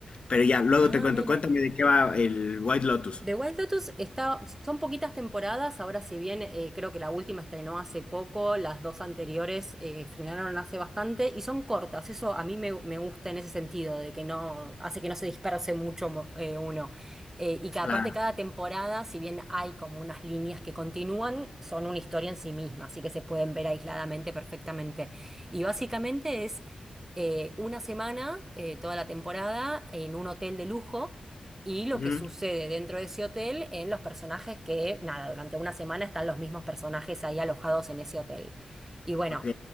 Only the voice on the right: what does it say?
Ah,
mira.
The White Lotus está, son poquitas temporadas, ahora si bien eh, creo que la última estrenó hace poco, las dos anteriores eh, estrenaron hace bastante y son cortas, eso a mí me, me gusta en ese sentido, de que no, hace que no se disperse mucho mo- eh, uno. Eh, y que aparte
cada temporada, si bien hay como unas líneas que continúan, son una historia en sí misma, así que se pueden ver aisladamente perfectamente. Y básicamente es eh, una semana, eh, toda la temporada, en un hotel de lujo y lo
que sucede dentro de ese hotel en los personajes que, nada, durante una semana están los mismos personajes ahí alojados en ese hotel. Y bueno,